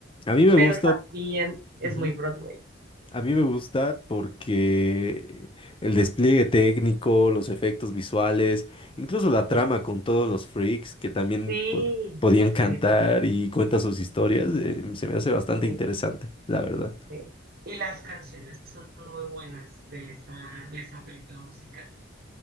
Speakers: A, on the left (about 30°); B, on the right (about 55°).
A: A mí me
B: Pero
A: gusta,
B: también es
A: ujú,
B: muy Broadway.
A: a mí me gusta porque el despliegue técnico, los efectos visuales, incluso la trama
B: Sí.
A: con todos los freaks que también
B: Sí,
A: po- podían cantar
B: sí,
A: y cuentan sus historias, eh, se me hace bastante
B: sí,
A: interesante, la verdad.
B: sí. Y las canciones son muy buenas de esa, de esa película musical.